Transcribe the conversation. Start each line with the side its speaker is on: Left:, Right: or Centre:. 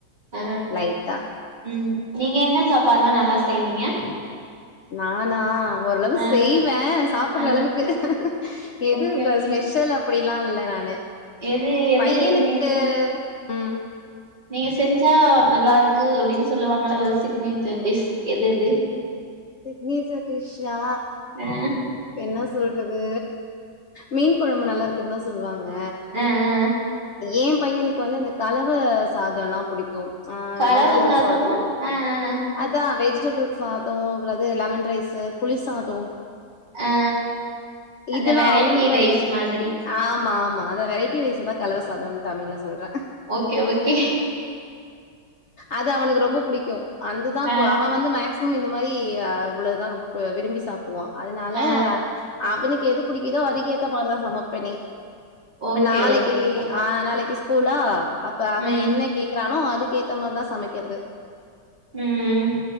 Right: அ
Left: லைட்டா
Right: ம் நீங்க என்ன சாப்பாலா நல்லா செய்வீங்க
Left: நானா ஓரளவு
Right: ஆ
Left: செய்வே சாப்புட்ற
Right: ஆ
Left: அளவுக்கு எது
Right: ஓகே
Left: இப்ப
Right: ஓகே
Left: ஸ்பெஷல் அப் ப்டிலா இல்ல நானு
Right: எது எது
Left: பையனுக்கு
Right: நீங்க
Left: ம்
Right: நீங்க செஞ்சா நல்லாருக்கு அப்டின் சொல்லுவாங்கள ஒரு சிக்னேச்சர் டிஷ் எது எது
Left: சிக்னேச்சர் டிஷ்ஷா
Right: ஆ
Left: என்னாச் சொல்றது மீன் கொழம்பு நல்லாருக்குன்தா சொல்வாங்க
Right: ஆ ஆ
Left: எம் பையனுக்கு வந்து இந்த கலவ சாதலாம் புடிக்கு ஆ
Right: கலவ
Left: வெஜிடெபிள்
Right: சாதம்னா
Left: சாதோ
Right: ஆ ஆ
Left: அதா வெஜிடெபிள் சாதோ வுளது லெமன் ரைஸ்சு புளிசாதோ
Right: ஆ அந்த
Left: இதுலா
Right: வெரைட்டி
Left: அவுனுக்கு
Right: ரைஸ்
Left: வந்து
Right: மாதிரி
Left: ஆமா ஆமா அத வெரைட் கீ ரைசதா கலவ சாதோன் தமிழ்ல சொல்றே
Right: ஓகே ஓகே
Left: அது அவனுக்கு ரொம்ப புடிக்கு அந்துதா
Right: ஆ
Left: ப அவன் வந்து மேக்சிமம் இந்த மாரி யா அவ்ளோதா ரொம்ப ப விரும்பி சாப்புடுவா அதுனால
Right: ஆ
Left: அவனுக்கு எது புடிக்குதோ அதுக்கு ஏத்த மாரிதா சமப்பனே இப்ப
Right: ஓகே
Left: நாளைக்கி
Right: ஓகேக்கா
Left: ஆ நாளைக்கி ஸ்கூஸ்லா அப்ப அவன்
Right: ம்
Left: என்ன கேக்குறானோ அதுக்கு ஏத்த மாரிதா சமைக்கிறது
Right: ம்